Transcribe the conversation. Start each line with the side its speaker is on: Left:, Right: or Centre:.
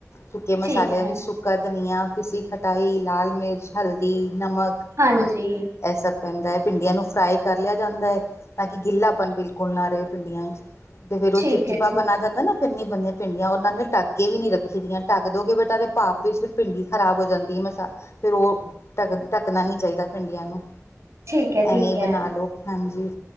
Left: ਸੁੱਕੇ ਮਸਾਲਿਆਂ
Right: ਠੀਕ ਹੈ
Left: ਦੇ ਵਿੱਚ, ਸੁੱਕਾ ਧਨੀਆ, ਪੀਸੀ ਖਟਾਈ, ਲਾਲ ਮਿਰਚ, ਹਲਦੀ, ਨਮਕ
Right: ਹਾਂਜੀ।
Left: ਇਹ ਸਭ ਪੈਂਦਾ ਹੈ, ਭਿੰਡੀਆਂ ਨੂੰ ਫਰਾਈ ਕਰ ਲਿਆ ਜਾਂਦਾ ਹੈ ਤਾਂ ਕਿ, ਗਿੱਲਾਪਨ ਬਿਲਕੁਲ ਨਾ, ਰਹੇ ਭਿੰਡੀਆਂ 'ਚ ਤੇ ਫੇਰ ਉਹ,
Right: ਠੀਕ
Left: ਚਿਪਚਿਪਾ
Right: ਹੈ ਠੀਕ
Left: ਬਣਾ ਕਹਿਦਾ ਨਾ, ਫਿਰ ਨਈ ਬਣੀਆਂ ਭਿਡੀਆਂ ਉਹਨਾਂ ਨੇ ਢੱਕਕੇ ਵੀ ਨਈ ਰੱਖੀ ਦੀਆਂ ਢੱਕ ਦੋਗੇ ਬੇਟਾ ਭਾਫ ਵਿੱਚ ਫਿਰ ਭਿੰਡੀ ਖਰਾਬ ਹੋ ਜਾਂਦੀ ਮਸਾਲ ਫਿਰ ਓ ਢੱਕ ਢੱਕਣਾ ਨੀ ਚਾਹੀਦਾ ਭਿੰਡੀਆਂ ਨੂੰ
Right: ਠੀਕ ਹੈ ਠੀਕ
Left: ਐਵੇਂ ਈ
Right: ਹੈ
Left: ਬਣਾ ਲੋ। ਹਾਂਜੀ,